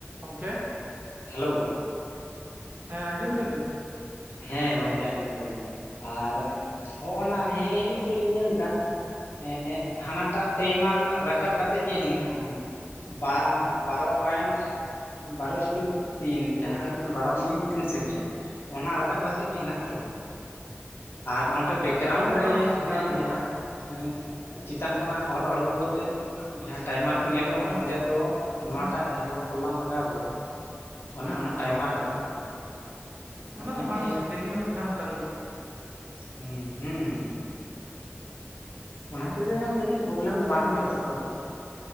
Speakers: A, on the right; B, on the left.
A: ᱚᱝᱠᱟ
B: ᱦᱮᱞᱳ
A: ᱦᱮᱸ ᱟᱸᱡᱚᱢ ᱫᱟᱵᱤᱱ
B: ᱦᱮᱸ ᱜᱚᱝᱠᱮ ᱟᱸᱡᱚᱢ ᱫᱟᱹᱞᱤᱧ ᱟᱨ ᱦᱚᱜᱼᱚ ᱱᱟ ᱦᱮᱡ ᱦᱮ ᱱᱤᱛᱚᱜ ᱞᱤᱧ ᱧᱮᱞ ᱫᱟ ᱾ ᱦᱮᱸ ᱦᱟᱱᱟᱴᱟᱜ ᱴᱟᱭᱤᱢ ᱟᱨ ᱨᱟᱠᱟᱵ ᱠᱟᱛᱮᱜ ᱜᱮ ᱦᱮᱱᱟᱜᱼᱟ ᱵᱟ ᱵᱟᱨᱚ ᱯᱚᱭᱮᱱᱴ ᱵᱟᱨᱳ ᱤᱥᱴᱩ ᱛᱤᱱ ᱡᱟᱦᱟᱸ ᱦᱩᱭᱩᱜ ᱠᱟᱱᱟ ᱵᱟᱨᱚ ᱢᱤᱱᱤᱴ ᱛᱤᱱ ᱥᱮᱠᱮᱱᱰ ᱚᱱᱟ ᱨᱟᱠᱟᱵ ᱠᱟᱛᱮᱜ ᱜᱮ ᱦᱮᱱᱟᱜ ᱛᱟᱹᱞᱤᱧᱟᱹ᱾ ᱟᱨ ᱱᱚᱛᱮ ᱵᱮᱠᱜᱨᱟᱣᱩᱱᱰ
A: ᱚᱱᱟ ᱫᱚ
B: ᱨᱮ
A: ᱵᱟᱝ ᱚᱥᱩᱵᱤᱫᱟ
B: ᱦᱟᱱᱮ
A: ᱟᱹᱞᱤᱧ
B: ᱡᱟᱦᱟᱸ
A: ᱟᱜ
B: ᱮᱸᱫ ᱪᱮᱛᱟᱱ ᱠᱷᱚᱱᱟᱜ ᱚᱨ ᱟᱬᱜᱚ ᱠᱟᱛᱮᱜ ᱡᱟᱦᱟᱸ ᱴᱟᱭᱢᱟᱨ ᱠᱚ ᱧᱮᱞᱚᱜ
A: ᱦᱩᱸ
B: ᱚᱸᱰᱮ ᱫᱚ ᱱᱚᱣᱟᱴᱟᱜ
A: ᱦᱩᱸ
B: ᱡᱟᱦᱟᱸ ᱞᱟᱝ ᱠᱚᱞ ᱞᱟᱝ ᱞᱟᱜᱟᱣ ᱟᱠᱟᱫᱟ ᱚᱱᱟ
A: ᱦᱩᱸ
B: ᱚᱱᱟ ᱴᱟᱭᱢᱟᱨ ᱨᱟᱠᱟᱵᱚᱜ ᱠᱟᱱᱟ᱾ ᱚᱱᱟᱜᱮ
A: ᱚᱱᱟ ᱫᱚ ᱵᱟᱝ ᱚᱥᱩᱵᱤᱫᱟ ᱤᱧᱟᱹᱜ ᱦᱚᱸ ᱢᱤᱫ ᱫᱷᱟᱣ ᱚᱝᱠᱟ ᱞᱮᱱ ᱛᱤᱧᱟᱹ
B: ᱦᱩᱸ ᱦᱩᱸ ᱦᱩᱸ ᱚᱱᱟ ᱦᱚᱛᱮ ᱫᱚ ᱡᱟᱹᱱᱤᱡ ᱯᱨᱚᱵᱞᱮᱢ ᱫᱚ ᱵᱟᱝ ᱦᱩᱭᱩᱜ ᱟᱥᱟ ᱠᱚᱨᱮ